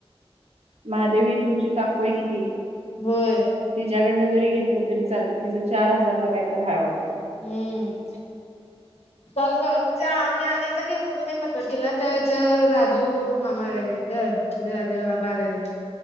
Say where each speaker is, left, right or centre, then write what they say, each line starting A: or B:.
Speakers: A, on the right; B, on the left.
A: महादेवी तुमची काकोय किती?
B: होय
A: तिच्याकडनं जरी घेतलं तरी चालते तिचं चार हजारला काय तर हाय वाटतं.
B: हम्म. काल म्हणजे आम्ही अनेकदा गेलतो का नाहीे नककीिला त्याच राजू मामा आलेलोक जेवरा देेव आबा आलेले